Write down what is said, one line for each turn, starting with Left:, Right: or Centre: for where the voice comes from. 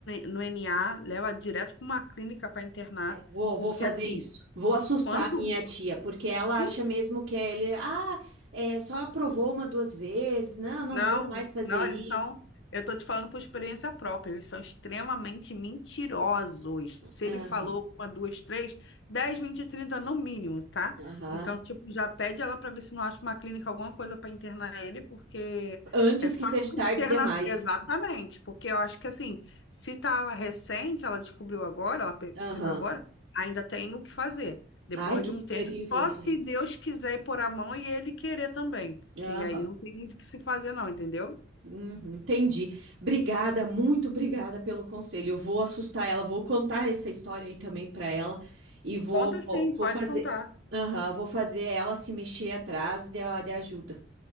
Left: no NA, leva direto para uma clínica para internar,
Right: É, vou, vou
Left: porque
Right: fazer
Left: assim,
Right: isso. Vou assustar
Left: quanto,
Right: minha tia, porque ela
Left: sim,
Right: acha mesmo que ele, ah, é, só aprovou uma, duas vezes. Não, não
Left: Não,
Right: vou mais fazer
Left: não,
Right: isso.
Left: eles são. Eu tô te falando por experiência própria, eles são extremamente mentirosos. Se
Right: Aham,
Left: ele falou uma, duas, três, dez, vinte, trinta no mínimo, tá?
Right: aham.
Left: Então, tipo, já pede ela pra ver se não acha uma clínica, alguma coisa pra internar ele, porque
Right: Antes
Left: é só
Right: que seja tarde
Left: internar.
Right: demais.
Left: Exatamente, porque eu acho que assim, se tá recente, ela descobriu agora, ela percebeu
Right: Aham.
Left: agora, ainda tem o que fazer. Depois
Right: Ai, que
Left: de
Right: terrível,
Left: um tempo, só
Right: gente.
Left: se Deus quiser ir pôr a mão e ele querer também.
Right: Aham.
Left: Que aí não tem muito o que se fazer, não, entendeu?
Right: Uhum, entendi. Obrigada, muito obrigada pelo conselho. Eu vou assustar ela, vou contar essa história aí também para ela e vou,
Left: Conta
Right: vou
Left: sim,
Right: vou
Left: pode
Right: fazer,
Left: contar.
Right: aham, vou fazer ela se mexer atrás de, a- de ajuda.